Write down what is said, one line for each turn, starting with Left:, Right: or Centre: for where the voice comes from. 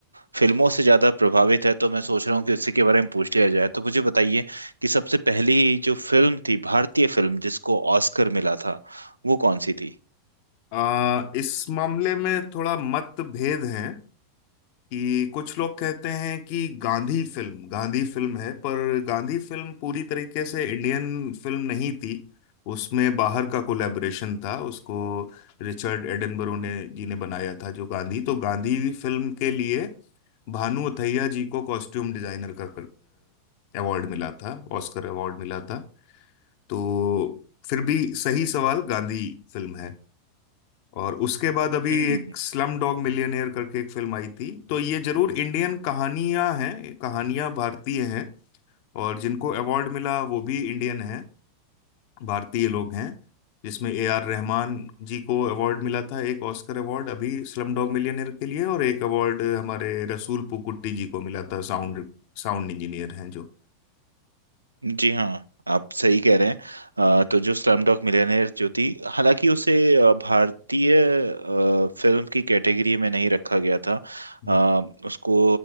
Right: फिल्मों से ज़्यादा प्रभावित है तो मैं सोच रहा हूँ कि उसी के बारे में पूछ लिया जाए तो मुझे बताइए कि सबसे पहली जो फिल्म थी भारतीय फिल्म जिसको ऑस्कर मिला था वो कौन सी थी
Left: आ, इस मामले में थोड़ा मतभेद है कि कुछ लोग कहते हैं कि गांधी फिल्म गांधी फिल्म है पर गांधी फिल्म पूरी तरीके से इंडियन फिल्म नहीं थी उसमें बाहर का कोलैबोरेशन था उसको रिचर्ड एडनबरो ने जी ने बनाया था जो गांधी तो गांधी फिल्म के लिए भानु अथैया जी को कॉस्ट्यूम डिजाइनर का अवार्ड मिला था ऑस्कर अवार्ड मिला था तो फिर भी सही सवाल गांधी फिल्म है और उसके बाद अभी
Right: हम्म
Left: एक स्लम डॉग मिलियनेयर करके एक फिल्म आई थी तो ये जरूर इंडियन कहानियां हैं कहानियां भारतीय हैं और जिनको अवार्ड मिला वो भी इंडियन हैं भारतीय लोग हैं जिसमें ए आर रहमान जी को अवार्ड मिला था एक ऑस्कर अवार्ड अभी स्लम डॉग मिलियनेयर के लिए और एक अवार्ड हमारे रसूल पुकुट्टी जी को मिला था साउंड साउंड इंजीनियर हैं जो
Right: जी हाँ आप सही कह रहे हैं अ, तो जो स्लमडॉग मिलियनेयर जो थी हालांकि उसे अ, भारतीय अ, फिल्म की कैटेगरी में नहीं रखा गया था
Left: हम्म
Right: अ, उसको